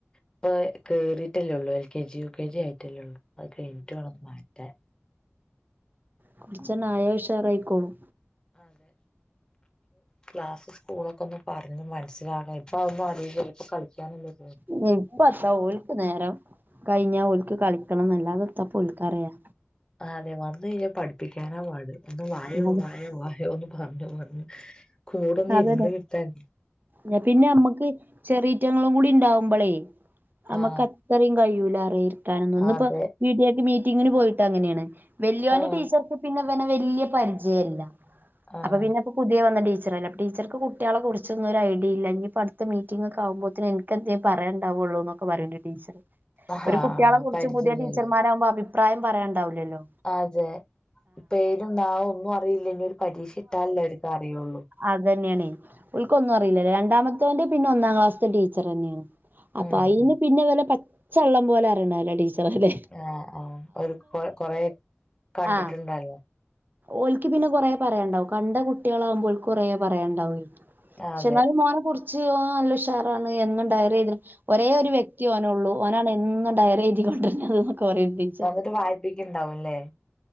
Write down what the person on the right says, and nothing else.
കൊറച്ചന്നായ ഉഷാറായിക്കോളും.
ഉം. ഇപ്പ എത്താ ഓല്ക്ക് നേരം കഴിഞ്ഞാ ഓല്ക്ക് കളിക്കണം ന്നല്ലാതെ എത്താപ്പ ഓൽക്കറിയാ.
അത്
അതന്നെ
ഞ പിന്നെ അമ്മക്ക് ചെറീറ്റങ്ങളുംകൂടി ഇണ്ടാവുമ്പോളേയ് അമ്മക്ക്
അ അത്തറിം. കഴിയൂല അറിയ ഇരിക്കാനൊന്നും ഇന്ന്
ഇപ്പോ പീ ട്ടിയക്ക് മീറ്റിങ്ങിന് പോയിട്ട് അങ്ങനേണ്. വല്യോന്റെ
ടീച്ചർക്ക് പിന്നെ ഇവനെ വല്യേ പരിചയല്ല.
അപ്പൊ പിന്നെ ഇപ്പൊ പുത്യേ വന്ന ടീച്ചറല്ലേ. ടീച്ചർക്ക് കുട്ട്യേളെ കുറിച്ചൊന്നും ഒരായ്ടിയില്ല. ഇഞ്പ്പോ അടുത്ത മീറ്റിംങ്ങൊക്കെ ആവുമ്പോത്തിന് ഇനിക്കെന്തെം പറയാണ്ടാ വൊള്ളൂന്നൊക്കെ. പറിണ്ട് ടീച്ചറ്.
ഒരു കുട്ട്യേളെ കുറിച്ച്
പുതിയ ടീച്ചർമാരാവുമ്പോ അഭിപ്രായം പറയാണ്ടാവൂലല്ലോ.
അത്തന്നേണേ. ഓൽക്കൊന്നും അറിയിലല്ലോ രണ്ടാമത്തോന്റെ പിന്നെ ഒന്നാം ക്ലാസ്ത്തെ ടീച്ചറന്നേണ്. അപ്പ
അയിന്
പിന്നെ വെലെ പച്ചവെള്ളം പോലെ അറിയണല്ലെ ടീച്ചറെല്ലെ.
ആഹ് ഓൽക്ക് പിന്നെ കൊറേ പറയാണ്ടാവും. കണ്ട കുട്ട്യേളാവുമ്പ ഓൽക്ക് കൊറേ പറയാണ്ടാവേയ്.
ക്ഷെ ഇന്നാലും മോനെ കുറിച്ച് ഓൻ നല്ല ഉഷാറാണ് എന്നും ടയറി എയ്തി ഒരേ ഒരു വ്യക്തി ഓനൊള്ളു. ഓനാണ് എന്നും ഡയറി എയ്തി കൊണ്ടര്ന്നത് ന്നൊക്കെ പറയ്ണ്ടി.